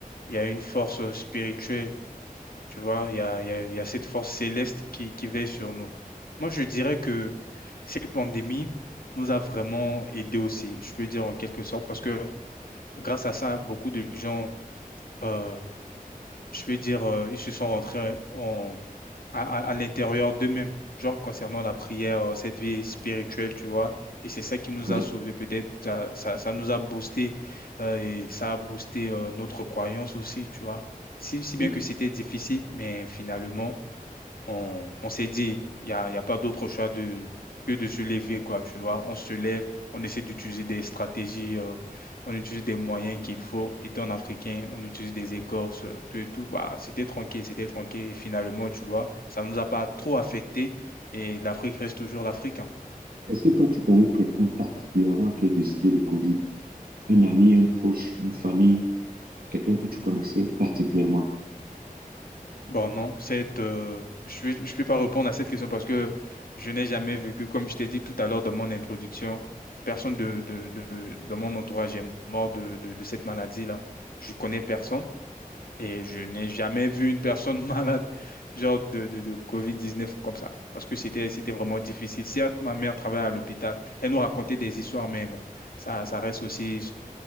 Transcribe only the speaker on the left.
Il y a une force spirituelle. Tu vois, il y a, il y a, il y a cette force céleste qui, qui veille sur nous. Moi, je dirais que cette pandémie nous a vraiment aidés aussi, je peux dire en quelque sorte, parce que grâce à ça, beaucoup de gens, euh, je peux dire, euh, ils se sont rentrés en, à, à, à l'intérieur d'eux-mêmes, genre concernant la prière, euh, cette vie spirituelle, tu vois. Et c'est ça qui nous
a sauvés, peut-être, ça, ça, ça nous a boosté, euh, et ça a boosté, euh, notre croyance aussi, tu vois. Si, si
bien que c'était difficile, mais finalement, on, on s'est dit, il n'y a, y a pas d'autre choix de, que de se lever, quoi, tu vois. On se lève, on essaie d'utiliser des stratégies, euh, on utilise des moyens qu'il faut. Étant africain, on utilise des écorces, euh, tout et tout. Bah, c'était tranquille, c'était tranquille. Et finalement, tu vois, ça ne nous a pas trop affecté et l'Afrique reste toujours l'Afrique. hein.
Bon, non, cette, euh, je ne vais je vais pas répondre à cette question parce que je n'ai jamais vécu, comme je t'ai dit tout à l'heure dans mon introduction, personne de, de, de, de mon entourage est mort de, de, de cette maladie-là. Je connais personne et je n'ai jamais vu une personne <laughs> malade, genre de, de, de COVID-19 comme ça, parce que c'était, c'était vraiment difficile. Certes, ma mère travaillait à l'hôpital, elle nous racontait des histoires, mais bon, ça, ça reste aussi